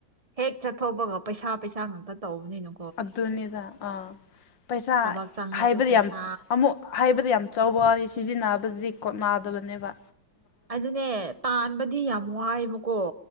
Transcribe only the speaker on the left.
ꯑꯗꯨꯅꯤꯗ ꯑꯥ ꯄꯩꯁꯥ
ꯍꯥꯏꯕꯗꯤ
ꯌꯥꯝ ꯑꯃꯨꯛ ꯍꯥꯏꯕꯗꯤ ꯌꯥꯝ ꯆꯥꯎꯕ ꯋꯥꯅꯤ ꯁꯤꯖꯤꯟꯅꯕꯗꯗꯤ ꯀꯣꯠꯅꯗꯕꯅꯦꯕ